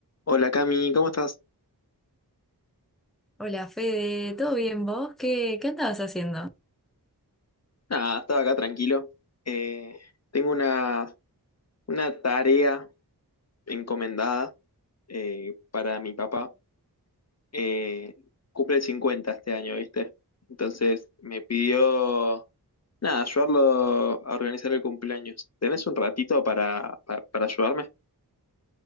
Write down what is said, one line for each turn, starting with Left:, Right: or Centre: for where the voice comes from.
Left: Hola Cami, ¿cómo estás?
Centre: Hola Fede, ¿todo bien vos? ¿Qué, qué andabas haciendo?
Left: Nada, estaba acá tranquilo. Eh, tengo una, una tarea encomendada eh, para mi papá. Eh, cumple 50 este año, ¿viste? Entonces me pidió, nada, ayudarlo a organizar el cumpleaños. ¿Tenés un ratito para, para, para ayudarme?